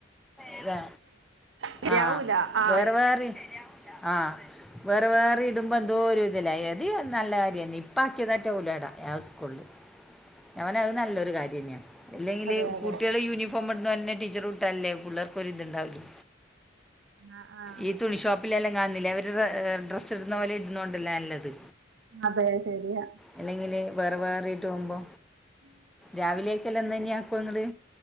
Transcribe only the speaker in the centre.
അതാ
ആഹ്
വേറെ വേറെ ആഹ് വേറെ വേറെ ഇടുമ്പോ എന്തോ ഒരു ഇതില്ലയാ അതി നല്ല കാര്യ ഇപ്പ ആക്കിയതാറ്റലടാ സ്കൂളില് <unintelligible> നല്ലൊരു കാര്യം തന്നെയാ, അല്ലെങ്കില്
കുട്ടികളെ യൂണഫോ പോവുമ്പോ ഇടണന്നെ ടീച്ചർ ഇട്ടാല്ലേ പിള്ളേർക്കൊരി ത്ണ്ടാവുള്ളു.
ഈ തുണിഷോപ്പ്. പിള്ളെല്ലാം കാണുന്നില്ല അവര് ഡ്രസ്സ് ഇടുന്ന പോലെ ഇടുന്നൊണ്ടല്ലേ നല്ലത്.
അല്ലെങ്കില് വേറെ വേറിട്ട് പോകുമ്പോ
രാവിലെയക്കെല്ലാം ഇന്ന് തന്നെയാക്കും ങ്ങള്